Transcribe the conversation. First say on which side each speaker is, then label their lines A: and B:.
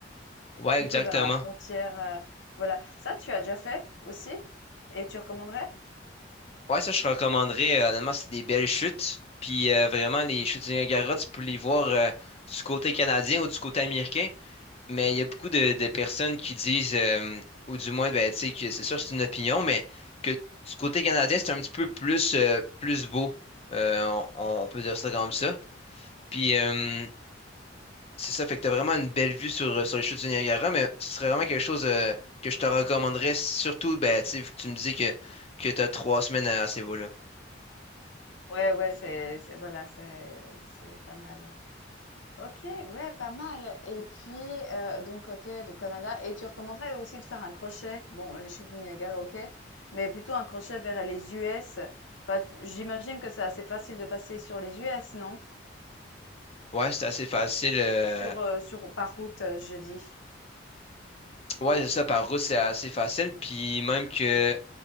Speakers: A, on the left; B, on the left.
A: Ouais,
B: Plutôt
A: exactement.
B: vers la frontière, heu, voilà. Ça, tu as déjà fait aussi? Et tu recommanderais?
A: Ouais, ça, je recommanderais. euh, honnêtement, c'est des belles chutes. Puis euh, vraiment, les chutes du Niagara, tu peux les voir euh, du côté canadien ou du côté américain. Mais il y a beaucoup de, de personnes qui disent, euh, ou du moins, ben, tu sais, que c'est sûr, c'est une opinion, mais que du côté canadien, c'est un petit peu plus, euh, plus beau. Euh, on, on peut dire ça comme ça. Puis, euh, c'est ça, fait que t'as vraiment une belle vue sur, sur les chutes du Niagara, mais ce serait vraiment quelque chose, euh, que je te recommanderais, surtout, ben, tu sais, vu que tu me dis que, que t'as trois semaines à, à ce niveau-là.
B: Ouais, ouais, c'est c'est voilà, c'est c'est pas mal. OK, ouais, pas mal. Et puis, heu, donc OK, donc Canada et tu recommanderais aussi de faire un crochet? Bon, les chutes du Niagara, OK, mais plutôt un crochet vers les US. Enfin, t j'imagine que c'est assez facile de passer sur les US, non?
A: Ouais, c'est assez facile. euh,
B: Sur, heu, sur par route, heu, je dis.
A: Ouais, c'est ça, par route, c'est assez facile. Puis, même que.